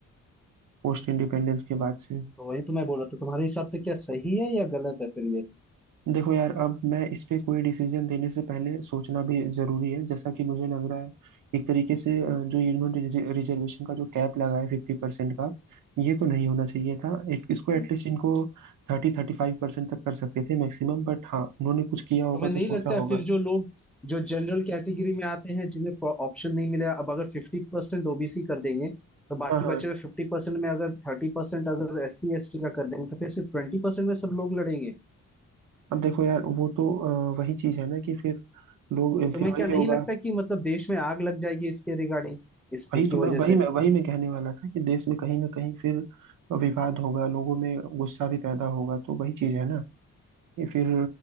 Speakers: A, on the right (about 80°); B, in the centre.
A: पोस्ट इंडिपेंडेंस के बाद से
B: तो वही तो मैं बोल रहा था तुम्हारे हिसाब से क्या सही है या गलत है फिर
A: देखो यार अब मैं इस पे कोई डिसीजन देने से पहले सोचना भी जरूरी है जैसा कि मुझे लग रहा है एक तरीके से अ, जो इन्होंने रिजर्वेशन का जो कैप लगाया फिफ्टी परसेंट का ये तो नहीं होना चाहिए था इत- इसको
B: ये
A: एटलीस्ट इनको थर्टी थर्टी फाइव परसेंट तक कर सकते थे मैक्सिमम बट हाँ उन्होंने कुछ किया होगा
B: तुम्हें नहीं
A: तो सोचा
B: लगता है
A: होगा
B: फिर जो लोग जो जनरल कैटेगरी में आते हैं जिन्हें ऑप्शन नहीं मिला अब अगर फिफ्टी परसेंट ओबीसी कर देंगे तो बाकी
A: हाँ हाँ
B: बचे हुए फिफ्टी परसेंट में अगर थर्टी परसेंट अगर एस सी एस टी का कर देंगे तो फिर सिर्फ ट्वेंटी परसेंट में सब लोग लड़ेंगे
A: अब देखो यार वो तो अ, वही चीज है ना कि फिर लोग
B: तो तुम्हें
A: फिर
B: क्या
A: वही
B: नहीं
A: होगा
B: लगता कि मतलब देश में आग लग जाएगी इसके रिगार्डिंग इस
A: वही
B: इसकी
A: तो
B: वजह
A: मैं वही
B: से
A: मैं वही मैं कहने वाला था कि देश में कहीं ना कहीं फिर विवाद होगा लोगों में गुस्सा भी पैदा होगा तो वही चीज है ना कि फिर